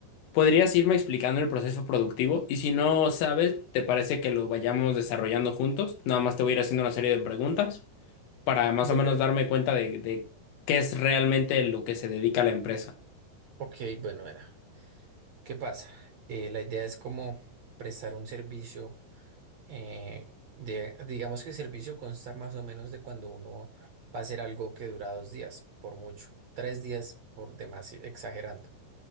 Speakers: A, on the left; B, on the right.
A: podrías irme explicando el proceso productivo y si no sabes, ¿te parece que lo vayamos desarrollando juntos? Nada más te voy a ir haciendo una serie de preguntas para más
B: Del
A: o menos
B: pro-
A: darme cuenta de, de qué es realmente lo que se dedica a la empresa.
B: Ok, bueno, era. ¿Qué pasa? Eh, la idea es como prestar un servicio. Eh, de- digamos que el servicio consta más o menos de cuando uno va a hacer algo que dura dos días, por mucho, tres días por demás, exagerando.